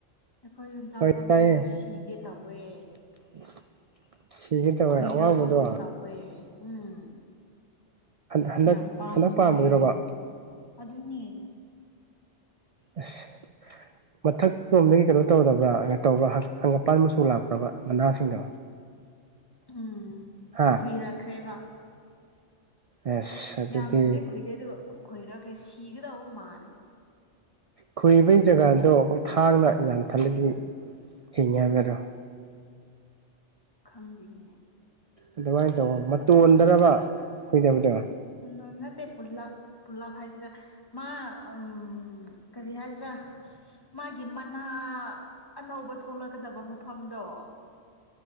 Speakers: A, on the left; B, on the right.
A: ꯑꯈꯣꯏ ꯌꯣꯡ ꯆꯥꯛ
B: ꯍꯣꯏ
A: ꯄꯥꯝꯕꯤꯗꯣ
B: ꯇꯥꯏꯌꯦ
A: ꯁꯤꯒꯦ ꯇꯧꯋꯦ
B: <inaudible> ꯇꯧꯋꯦ
A: ꯈꯨꯏꯔꯛꯄꯒꯨꯝ
B: ꯑꯋꯥꯡꯕꯗꯣ
A: ꯇꯧꯋꯦ ꯎꯝ
B: ꯍꯟꯗꯛ
A: ꯁꯤ ꯌꯥꯝ ꯄꯥꯝꯃꯨꯋꯦ
B: ꯍꯟꯗꯛ ꯄꯥꯝꯕꯒꯤꯔꯣꯕ
A: ꯑꯗꯨꯅꯦ
B: ꯑꯁ ꯃꯊꯛ ꯇꯣ ꯃꯤ ꯀꯩꯅꯣ ꯇꯧꯗꯕ꯭ꯔꯥ ꯇꯧꯕ꯭ꯔꯥ ꯍꯪꯒꯥꯄꯜ ꯃꯆꯨ ꯆꯨ ꯂꯥꯛꯄ꯭ꯔꯥꯕ ꯃꯥꯅꯁꯤꯡꯗꯣ
A: ꯎꯝ
B: ꯍꯥ
A: ꯈꯨꯏꯔꯛꯈ꯭ꯔꯦꯕ
B: ꯑꯁ ꯑꯗꯨꯗꯤ
A: ꯌꯥꯝꯅꯗꯤ ꯈꯨꯏꯗꯦꯗꯨ ꯈꯨꯏꯔꯒ ꯁꯤꯒꯗꯧꯕ ꯃꯥꯜꯂꯦ
B: ꯈꯨꯏꯕꯩ ꯖꯒꯥꯗꯣ ꯑꯩꯈꯣꯏ ꯊꯥꯡꯅ ꯌꯥꯊꯠꯂꯗꯤ ꯍꯤꯡꯉꯦ ꯍꯥꯏꯅꯗ꯭ꯔꯣ
A: ꯈꯪꯗꯤꯅꯦ
B: ꯑꯗꯨꯃꯥꯏꯅ ꯇꯧꯑꯣ ꯃꯇꯣꯟꯗꯔꯕ ꯈꯨꯏꯙꯕꯗꯣ
A: ꯅꯠ ꯅꯠꯇꯦ ꯄꯨꯂꯞ ꯄꯨꯂꯞ ꯍꯥꯏꯁꯤꯔ ꯃꯥ ꯎꯝ ꯀꯔꯤꯍꯥꯏꯁꯤ ꯔꯥ ꯃꯥꯒꯤ ꯃꯥꯅ ꯑꯅꯧꯕ ꯊꯣꯛꯂꯛꯀꯗꯕ ꯃꯐꯝꯗꯣ